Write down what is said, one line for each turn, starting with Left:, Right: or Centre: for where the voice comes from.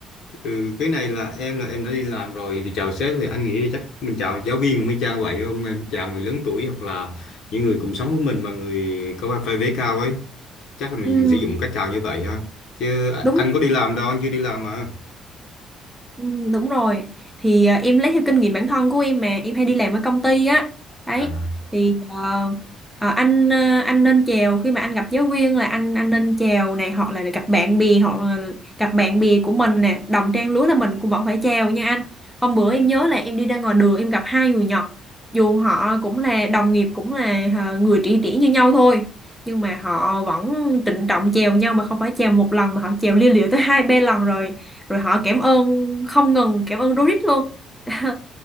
Left: Ừ, cái này là em là em đã đi làm rồi thì chào sếp thì anh nghĩ thì chắc mình chào giáo viên mới chào vậy không em chào người lớn tuổi hoặc là những người cùng sống với mình mà người có vai vế cao ấy chắc là mình
Centre: ừ,
Left: sử dụng cách chào như vậy ha chứ à,
Centre: đúng
Left: anh có đi làm đâu anh chưa đi làm mà
Centre: Ừ, đúng rồi thì à, em lấy theo kinh nghiệm bản thân của em mà em hay đi làm ở công ty á đấy
Left: à
Centre: thì ờ, ờ, anh ờ, anh nên chào khi mà anh gặp giáo viên là anh anh nên chào này hoặc là gặp bạn bè hoặc là gặp bạn bè của mình nè đồng trang lứa là mình cũng vẫn phải chào nha anh hôm bữa em nhớ là em đi ra ngoài đường em gặp hai người Nhật dù họ cũng là đồng nghiệp cũng là ờ, người tri kỷ như nhau thôi nhưng mà họ vẫn trịnh trọng chèo nhau mà không phải chèo một lần mà họ chèo lia lịa tới hai ba lần rồi rồi họ cảm ơn không ngừng cảm ơn Dorit luôn <laughs>